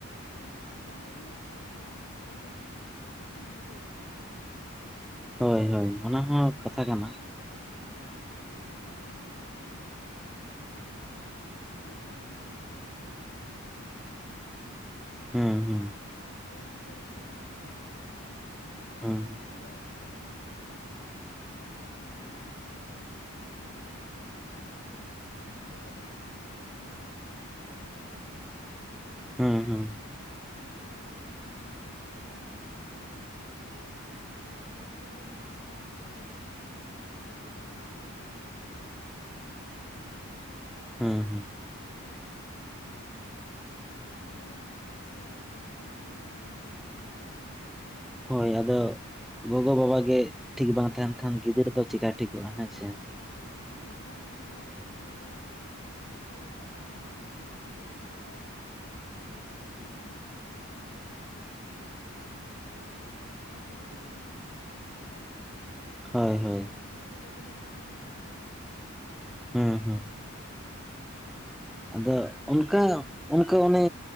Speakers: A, on the left; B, in the centre.
A: ᱢᱟᱱᱮ ᱯᱟᱛᱟ ᱦᱩᱭᱩᱜ ᱟᱨ ᱡᱟᱸᱦᱟᱱᱟᱜ ᱯᱚᱨᱚᱵᱽ ᱦᱩᱭᱩᱜ ᱛᱟᱵᱳᱚᱱ ᱢᱟᱱᱮ ᱟᱵᱚᱣᱟᱜ ᱫᱚ ᱧᱤᱫᱟᱹ ᱜᱮᱛᱟᱵᱚᱱ
B: ᱦᱳᱭ
A: ᱦᱮᱸ
B: ᱦᱳᱭ
A: ᱥᱮ
B: ᱚᱱᱟ ᱦᱚᱸ ᱠᱟᱛᱷᱟ
A: ᱚᱱᱟ
B: ᱠᱟᱱᱟ
A: ᱠᱟᱹᱴᱤᱡ ᱚᱱᱟ ᱦᱚᱸ ᱢᱟᱱᱮ ᱟᱹᱞᱤᱧᱟᱜ ᱦᱤᱥᱟᱹᱵ ᱛᱮᱫᱚ ᱚᱱᱟᱫᱚ ᱟᱹᱞᱤᱧ ᱫᱚ ᱠᱟᱹᱴᱤᱡ ᱜᱮ ᱵᱟᱝ ᱡᱩᱛ ᱞᱤᱧ ᱢᱮᱛᱟᱜ ᱠᱟᱱᱟ ᱢᱟᱱᱮ ᱯᱟᱛᱟ ᱦᱩᱭᱩᱜ ᱢᱟ ᱥᱤᱧ ᱢᱟᱨᱥᱟᱞ ᱦᱩᱭᱩᱜ ᱢᱟ ᱦᱩᱭᱱᱟ ᱡᱟ ᱦᱩᱭᱱᱟ ᱪᱟᱵᱟᱭᱱᱟ
B: ᱦᱮᱸ ᱦᱮᱸ
A: ᱵᱮᱨ ᱦᱟᱹᱥᱩᱨᱚᱜ ᱛᱮ ᱡᱮᱢᱚᱱ ᱪᱟᱵᱟᱜ ᱢᱟ ᱪᱮᱱᱭ ᱟᱵᱚ ᱫᱚ
B: ᱦᱮᱸ
A: ᱵᱮᱨ ᱦᱟᱹᱥᱩᱨᱚᱜᱼᱟᱭ ᱛᱚᱠᱷᱚᱡ ᱵᱚᱱ ᱪᱟᱞᱟᱜᱼᱟ ᱚᱲᱟᱜ ᱠᱷᱚᱡ ᱟᱨ ᱛᱟᱨᱯᱚᱨ ᱱᱚᱣᱟ ᱦᱚᱸ ᱧᱮᱞᱚᱜ ᱠᱟᱱᱟ ᱢᱤᱫᱵᱟᱨ ᱡᱮᱢᱚᱱ ᱱᱚᱜᱼᱚᱭ ᱪᱷᱟᱹᱯᱲᱤ ᱠᱚᱫᱚ ᱪᱮᱫ ᱞᱮᱠᱟ ᱡᱟᱦᱟᱸᱭ ᱠᱚᱫᱚ ᱜᱚᱜᱚᱵᱟᱵᱟ ᱵᱟᱝᱠᱚ ᱥᱟᱥᱚᱱ ᱫᱟᱵᱚᱱ ᱩᱱᱠᱩ ᱩᱱᱠᱩ ᱠᱚᱜᱮ ᱠᱚ ᱪᱟᱞᱟᱜ ᱠᱟᱱᱟ ᱥᱮ
B: ᱦᱮᱸ ᱦᱮᱸ
A: ᱢᱤᱫᱴᱤᱡ ᱚᱲᱟᱜ ᱨᱮ ᱡᱟᱦᱟᱸᱭ ᱜᱚᱜᱚ ᱵᱟᱵᱟᱭ ᱫᱟᱵᱚᱱᱮ ᱥᱮ ᱜᱚᱜᱚᱵᱟᱵᱟ ᱟᱜ ᱠᱟᱛᱷᱟᱭ ᱟᱸᱡᱚᱢᱟ ᱚᱱᱠᱟᱱ ᱜᱤᱫᱽᱨᱟᱹ ᱱᱟᱦᱟᱜᱜ ᱧᱟᱢᱟ ᱧᱮᱞᱞᱟᱵᱮᱱ ᱚᱸᱰᱮ ᱫᱚ ᱮᱠᱟᱞᱜᱮ ᱵᱟᱵᱮᱱ ᱧᱮᱞ ᱧᱟᱢᱮᱭᱟ ᱡᱮ ᱚᱱᱠᱟᱱ ᱜᱤᱫᱽᱨᱟᱹ ᱚᱱᱟ ᱪᱷᱟᱹᱯᱲᱤ ᱮᱱᱮᱡ ᱮ ᱪᱟᱞᱟᱜ ᱠᱟᱱᱟᱭ ᱢᱮᱱᱛᱮ ᱫᱚ
B: ᱦᱮᱸ ᱦᱮᱸ
A: ᱫᱚ ᱚᱱᱟ ᱠᱚᱫᱚ ᱟᱹᱞᱤᱧᱟᱜ ᱢᱮᱱᱛᱮᱫᱚ ᱜᱚᱜᱚᱼᱵᱟᱵᱟᱣᱟᱜ ᱜᱮ ᱫᱳᱥ ᱞᱤᱧ ᱢᱮᱛᱟᱜᱼᱟ
B: ᱦᱳᱭ ᱟᱫᱚ ᱜᱚᱜᱚᱵᱟᱵᱟ ᱜᱮ ᱴᱷᱤᱠ ᱵᱟᱝ ᱛᱟᱦᱮᱱ ᱢᱮᱱᱠᱷᱟᱱ ᱜᱤᱫᱽᱨᱟᱹ ᱫᱚ ᱪᱤᱠᱠᱟ ᱴᱷᱤᱠᱚᱜᱼᱟ ᱦᱮᱸ ᱥᱮᱮ
A: ᱦᱮᱸ ᱴᱷᱤᱠ ᱵᱟᱝ ᱛᱟᱦᱮᱱ ᱫᱚ ᱚᱱᱛᱚᱛᱛᱚ ᱵᱮᱥᱤ ᱠᱤᱪᱷᱩ ᱯᱟᱲᱦᱟᱜ ᱱᱚᱣᱟ ᱞᱟᱹᱜᱤᱫ ᱫᱚ ᱯᱟᱲᱦᱟᱜ ᱱᱚᱞᱮᱡᱽ ᱫᱚ ᱵᱟᱭ ᱞᱟᱜᱟᱜᱼᱟ ᱜᱤᱫᱽᱨᱟᱹ ᱥᱟᱥᱚᱱ ᱞᱟᱵᱚᱱ ᱞᱟᱹᱜᱤᱫ ᱫᱚ ᱢᱤᱫᱴᱤᱡ ᱧᱮᱞ ᱛᱮᱦᱚᱸ ᱵᱩᱡᱩᱜᱼᱟ ᱡᱮ ᱢᱚᱸᱡᱽ ᱛᱤᱧ ᱠᱷᱚᱲᱮᱭᱟ ᱢᱚᱡᱽ ᱦᱚᱨ ᱛᱮᱭ ᱤᱫᱤᱭᱟ ᱛᱤᱧ ᱤᱫᱤᱭᱮᱭᱟ ᱢᱟᱱᱮ ᱦᱮᱸ ᱵᱟᱝ ᱥᱮ
B: ᱦᱳᱭ ᱦᱳᱭ
A: ᱚᱱᱟ ᱞᱟᱹᱜᱤᱫ ᱛᱮ ᱱᱤᱥᱚᱭ ᱜᱚᱜᱚᱵᱟᱵᱟᱣᱟᱜ ᱯᱟᱲᱦᱟᱜ ᱫᱚ ᱵᱟᱭ ᱫᱚᱨᱠᱟᱨᱟ
B: ᱦᱮᱸ ᱦᱮᱸ ᱟᱫᱚ ᱚᱱᱠᱟ ᱚᱱᱠᱟ ᱚᱱᱮ